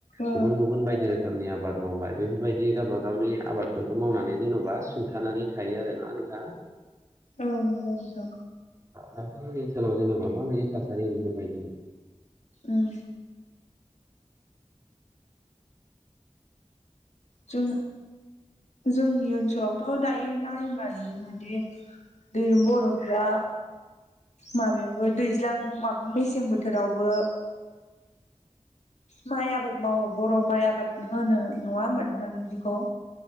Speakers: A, on the left; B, on the right.
A: औ
B: गुबुन गुबुन बायदि रोख रोखोमनि आबाद मावबाय बेफोरबायदि गाबा गावनि आबादफोरखौ मावनानै जेन'बा सुंथानानै थायो आरो ना। नोंथां ओ
A: औ नंगौ नोंथां
B: नोंथांमोननि ओनसोलाव जेनेबा माबायदि थासारि बेफोरबायदिनो।
A: उम जों जोंनि ओनसोलावथ' दायो नायोब्ला नुयोमोनदि दि बर'फ्रा माबायावबो दैज्लां माब मेसें बोथोरावबो माइ आबाद मावो बर' माइ आबाद होनो नङा होमबा नोंथां इदिखौ?